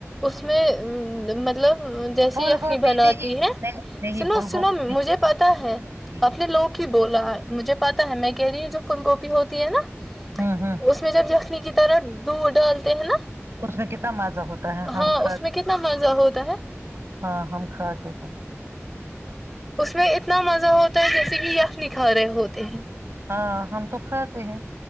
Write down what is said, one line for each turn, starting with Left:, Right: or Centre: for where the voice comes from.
Centre: اس میں مطلب جیسے
Right: پھول
Centre: یخنی
Right: گوبھی
Centre: بناتی
Right: نہیں
Centre: ہے
Right: نہیں نہیں
Centre: سنو
Right: پھول
Centre: سنو
Right: گوبھی نہیں
Centre: مجھے پتا ہے
Right: لوکی
Centre: اپنے لوگ ہی بولا ہے مجھے پتا ہے میں کہہ رہی ہوں جو فھل گوبی ہوتی ہے نا
Right: ہوں ہوں
Centre: اس میں جب خمی کی طرح د ڈالتے ہیں نا
Right: اس نے کتنا مر ہوتا ہے ہم
Centre: ہاں
Right: کھ
Centre: اس میں کتنا مزہ ہوتا ہے
Right: ہاں ہم کھاتے ہیں
Centre: اس میں اتنا مزہ ہوتا ہے جیسے کہ یک نکھار رہے ہوتے ہیں
Right: ہاں ہم تو کھاتے ہیں